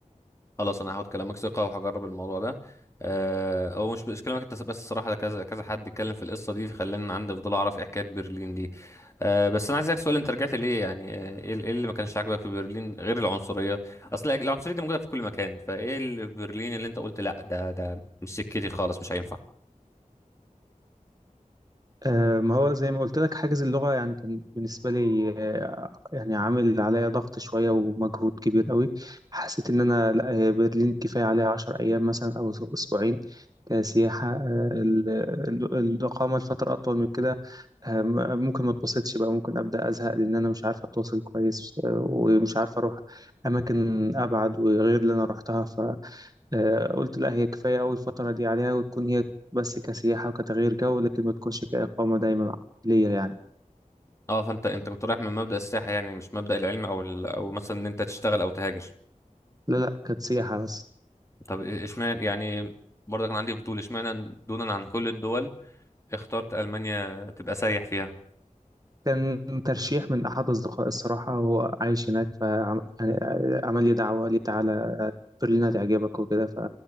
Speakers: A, on the left; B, on the right.
A: خلاص انا هاخد كلامك ثقه وهجرب الموضوع ده آه، هو مش مش كلامك انت بس الصراحه ده كذا كذا حد اتكلم في القصه دي فخلاني عندي فضول اعرف ايه حكايه برلين دي آه، بس انا عايز اسالك سؤال انت رجعت ليه يعني آه، ايه ال- إيه اللي ما كانش عاجبك في برلين غير العنصريه اصل العنصريه دي موجوده في كل مكان فايه اللي في برلين اللي انت قلت لا ده ده مش سكتي خالص مش هينفع
B: آه، ما هو زي ما قلت لك حاجز اللغة يعني كان بالنسبة لي آه، يعني عامل عليا ضغط شوية ومجهود كبير قوي حسيت إن أنا لا هي برلين كفاية عليا عشر أيام مثلا أو أسبوعين كسياحة آه، ال- ال- الإقامة لفترة أطول من كده آه، م- ممكن ما اتبسطش بقى ممكن أبدأ أزهق لأن أنا مش عارف أتواصل كويس آه، ومش عارف أروح أماكن أبعد وغير اللي أنا روحتها آه، قلت لا هي كفاية أوي الفترة دي عليها وتكون هي بس كسياحة وكتغيير جو لكن ما تكونش كإقامة دايما ليا يعني
A: اه فانت انت كنت رايح من مبدا السياحه يعني مش مبدا العلم او ال... او مثلا ان انت تشتغل او تهاجر
B: لا لا كانت سياحة بس
A: طب إيه- اشمعنى يعني برضه كان عندي فضول اشمعنى دونا عن كل الدول اخترت ألمانيا تبقى سايح فيها
B: كان ترشيح من أحد أصدقائي الصراحة وهو عايش هناك فعمل لي دعوة قال لي تعالى برلين هتعجبك وكده